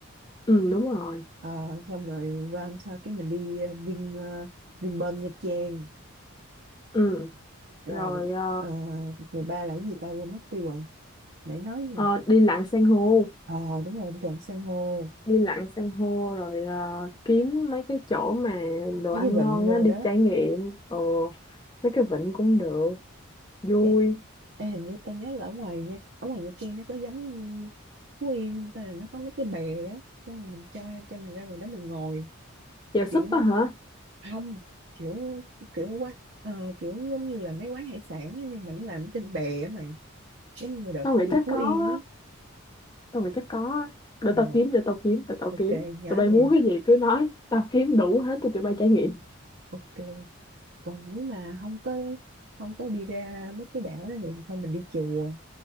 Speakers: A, on the left; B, on the right.
A: ừ đúng rồi
B: ờ, xong rồi qua hôm sau cái mình đi ờ, Vin ờ, Vinpearl Nha Trang
A: ừ
B: rồi
A: rồi ờ,
B: ờ, ngày ba là cái gì ta quên mất tiêu rồi nãy nói
A: ờ,
B: gì?
A: đi lặn san hô
B: ờ đúng rồi đi lặn san hô
A: đi lặn san hô rồi ờ, kiếm mấy cái chỗ mà đồ
B: mấy
A: ăn
B: cái vịnh
A: ngon
B: rồi
A: á đi
B: đó
A: trải nghiệm ờ mấy cái vịnh cũng được vui
B: Ê, Ê, hình như tao nhớ là ở ngoài nha ở ngoài Nha Trang nó có giống như Phú Yên không ta là nó có mấy cái bè á xong rồi mình cho cho mình ra ngoài đó mình ngồi
A: chèo
B: kiểu
A: súp á hả
B: không kiểu kiểu quán ờ, kiểu giống như là mấy quán hải sản á, nhưng mà nó làm trên bè á mày giống như đợt
A: tao
B: tao
A: nghĩ
B: đi
A: chắc
B: Phú
A: có
B: Yên
A: á
B: ấy
A: tao nghĩ chắc có á để
B: ờ
A: tao kiếm để tao kiếm để tao
B: ok
A: kiếm
B: nhớ
A: tụi bay
B: nha
A: muốn cái gì cứ nói tao kiếm đủ hết cho tụi bay trải nghiệm
B: ok còn nếu mà không có không có đi ra mấy cái đảo đó thì thôi mình đi chùa